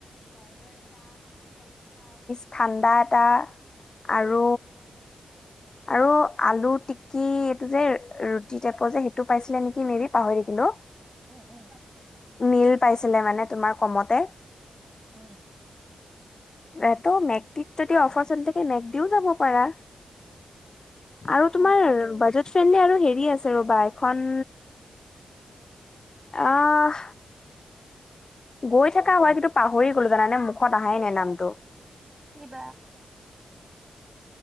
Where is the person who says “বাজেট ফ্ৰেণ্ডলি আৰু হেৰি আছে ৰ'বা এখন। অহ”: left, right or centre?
Left